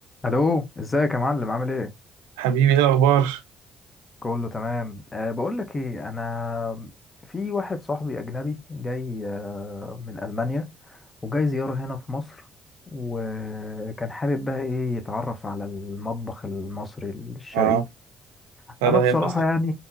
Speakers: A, on the left (about 30°); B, on the right (about 85°).
A: الو ازيك يا معلم عامل ايه
B: حبيبي ايه الاخبار
A: كله تمام أه بقول لك ايه انا في واحد صاحبي اجنبي جاي أه من المانيا وجاي زياره هنا في مصر وكان حابب بقى ايه يتعرف على المطبخ المصري الشرقي
B: اه لا
A: انا
B: ده
A: بصراحه
B: هينبسط
A: يعني